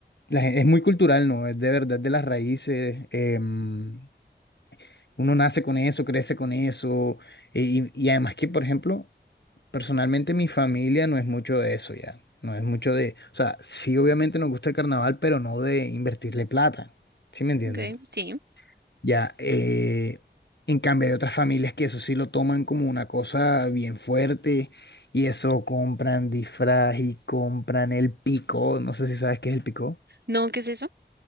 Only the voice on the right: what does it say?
ok, sí.
No, ¿qué es eso?